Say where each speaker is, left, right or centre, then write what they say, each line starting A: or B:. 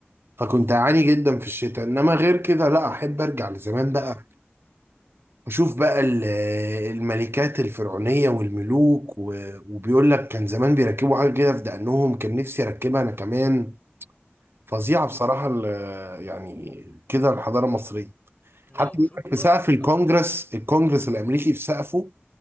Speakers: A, on the right; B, on the left.
A: فكنت اعاني جدا في الشتاء انما غير كده لا احب ارجع لزمان بقى
B: اه
A: اشوف بقى ال- الملكات الفرعونيه والملوك و- وبيقول لك كان زمان بيركبوا حاجه كده في دقنهم كان نفسي اركبها انا كمان فظيعه
B: مم.
A: بصراحه ال- يعني كده الحضاره المصريه
B: لا
A: حتى
B: وشوف
A: بيقول لك في
B: بقى
A: سقف الكونجرس الكونجرس الامريكي في سقفه